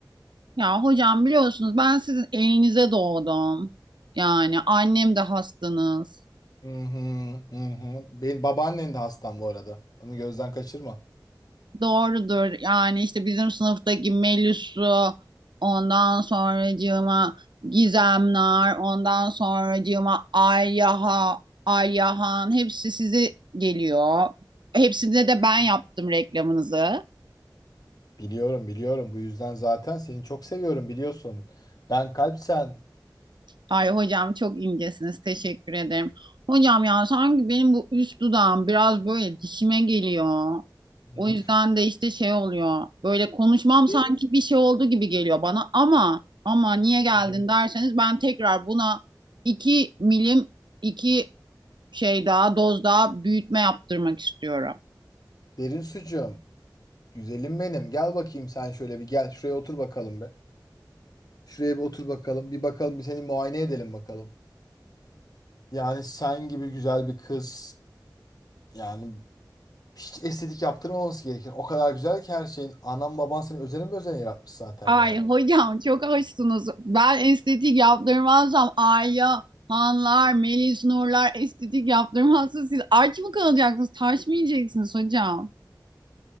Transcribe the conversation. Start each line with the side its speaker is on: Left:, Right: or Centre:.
Right: Ya hocam biliyorsunuz ben sizin elinize doğdum. Yani annem de hastanız.
Left: Hı hı hı hı. Benim babaannen de hastam bu arada. Onu gözden kaçırma.
Right: Doğrudur. Yani işte bizim sınıftaki Melis'u ondan sonracığıma Gizemler ondan sonracığıma Alyaha, Ayyahan hepsi sizi geliyor. Hepsine de ben yaptım reklamınızı.
Left: Biliyorum biliyorum bu yüzden zaten seni çok seviyorum biliyorsun. Ben kalp sen.
Right: Ay hocam çok incesiniz. Teşekkür ederim. Hocam ya sanki benim bu üst dudağım biraz böyle dişime geliyor.
Left: Hı
Right: O
Left: hı.
Right: yüzden de işte şey oluyor. Böyle konuşmam sanki
Left: Derin,
Right: bir şey oldu gibi geliyor bana ama ama niye geldin
Left: Hı
Right: derseniz ben tekrar buna iki milim iki şey daha doz daha büyütme yaptırmak istiyorum.
Left: derin sucuğum. Güzelim benim. Gel bakayım sen şöyle bir gel şuraya otur bakalım be. Şuraya bir otur bakalım. Bir bakalım bir seni muayene edelim bakalım. Yani sen gibi güzel bir kız yani hiç estetik yaptırmaması gerekir. O kadar güzel ki her şeyin. Anan baban seni özelim özen yaratmış zaten
Right: Ay
Left: yani.
Right: hocam çok hoşsunuz. Ben estetik yaptırmazsam Ayya, Hanlar, Melis Nurlar estetik yaptırmazsa siz aç mı kalacaksınız? Taş mı yiyeceksiniz hocam?